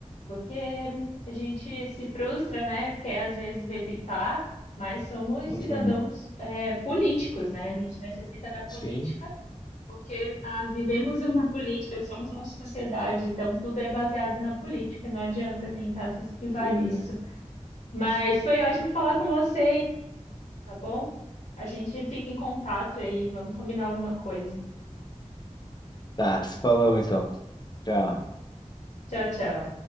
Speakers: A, on the left; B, on the left.
A: porque a gente se frustra, né? Quer às vezes evitar, mas somos
B: Uhum.
A: cidadãos, é, políticos, né? A gente necessita da política
B: Sim,
A: Porque ah, vivemos uma política, somos uma sociedade, então tudo é baseado na política, não adianta tentar se esquivar
B: pois
A: disso.
B: é.
A: Mas foi ótimo falar com você, tá bom? A gente fica em contato aí, vamos combinar alguma coisa.
B: Tá, se falamos então. Tchau.
A: Tchau, tchau.